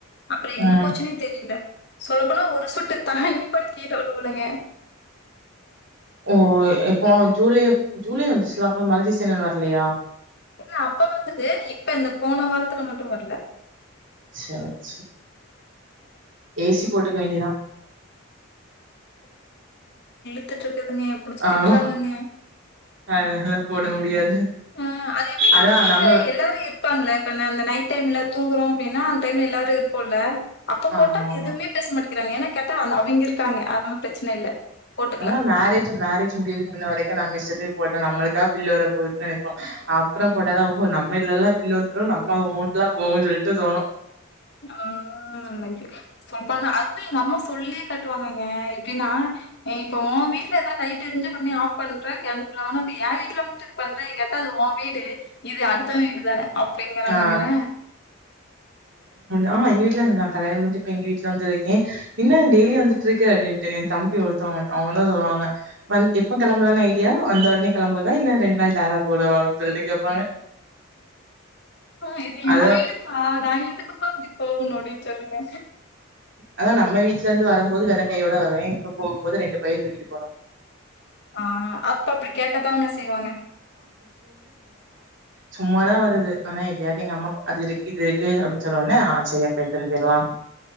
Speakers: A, on the left (about 50°); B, on the right (about 60°).
A: அப்புறோ எங்க
B: ம்
A: போச்சுனே தெரியில சொல்ல போனா ஒரு சொட் ட்ட தண்ணி கூட கீழ ஒழுவுலங்க
B: ஓ இப்போ ஜூலைய ஜூலை வந்துச்சுல அப்போ மழ சீஸனு இன்னு வரல்லையா
A: இல்ல அப்ப வந்தது இப்ப இந்த போன வாரத்துல மட்டு வர்ல
B: சேர் சேர் ஏசி போட்டுக்க வேண்டிதா
A: த்துட் இருப் திட்டுதுங்க புடுச்சு
B: ஆமா
A: திட்றாங்கங்க
B: அதனால போட முடியாது
A: ம் அது எப்டின்னா
B: அதா
A: வீட்ல
B: நம்ம
A: எல்லாரு இருப்பாங்கல இப்ப நான்னனா நைட் டைம்ல தூங்குறோ அப்டினா அந்த டைம்ல எல்லாரு இருப்போல்ல அப்ப போட்டா
B: ஆமா ஆமா
A: எதுமே பேச மாட்டி கிறாங்க ஏனா கேட்டா அந்த அவிங்க இருக்காங்க அதனால பிரச்சன இல்ல போட்டுக்கலாம்.
B: அதா மேரேஜ் மேரேஜ் முடியுது இன்ன வரைக் குன் இஷ்டத்துகு போட்டா நம்மளுக்கா பில்லு வர போகுதுன் நெனைப்போ அப்புறம் போட் தகவு நம்ம இதுலல்ல பில்லு வந்துரு நம்ம அமோண்ட்லா போகு சொல்லிட் ட்டு தோணு
A: ஆமா மஞ்சு சொப்பனா அதுவு எங் அம்மாஸ் புல்லே கட்டுவாங்கங்க எப்டினா எ இப்ப உம் வீட்ல எதனா லைட் எருஞ்சா ஒடனே ஆஃப் பண்ற <unintelligible> எ வீட்ல மட்டு இது பண்றன் கேட்டா அது உம் வீடு இது அடுத்தவ வீடுதான அப்டிங்கறாங்கங்கிற
B: ஆ சா எங்க வீட் இல்ல நா கல்யாணம் முடுஞ்சு இப்ப எங்க வீட்ல வந்து இருக்கே இன்ன டெய்லி வந்துட்ருக்க அப்டின்டு என் தம்பி ஒருதவங்க அவங்கந்தா சொல்லுவாங்க வந்து எப்ப கெளம்புலான் ஐடியா வந்த ஒடனே கெளம்புவதா இல்ல ரெண் நாள் டேரா போடவா அப்டின் சொல்லிட்டு கேப்பாங்க
A: அப்பா இது ஏ
B: அதா
A: வீடுப்பா நா எதுக்குப்பா இப்டி ஓ நொடின் சொல்லுங்க
B: அதா நம்ம வீட்ல இருந்து வரம்போது வெறுங் கையோட வருவே இப்ப போகும் போது ரெண்டு பைய தூக்கிட்டு போறோ
A: ஆ அப் இப்போ அப்டி கேக்கத்தாங்க செய்வாங்க
B: சும்மாதா வருது ஆனா எதயாவது எங்க அம்மா அது இது இது இருக்கு அப்டி சொன்னோனே ஆ சரி அப்ப எடுத்துட்டு போயிரலாம்